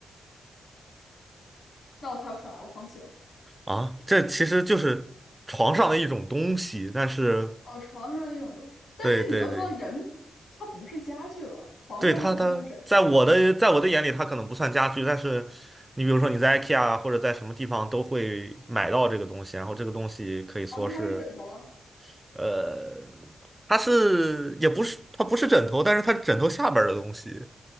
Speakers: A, on the left; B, on the right.
A: 那我猜不出来，我放弃了。
B: 啊。这其实就是床上的一种东西，但是
A: 哦，床上那种东，但是你都说人，
B: 对对对。
A: 它不是家具了，床上那种东西叫枕头吗？
B: 对它，它在我的在我的眼里，它可能不算家具，但是你比如说你在 IKEA 啊或者在什么地方都会买到这个东西，然后这个东西可以说是，
A: 哦，那它是枕头了，
B: 呃，它是也不是它不是枕头，但是它是枕头下边儿的东西。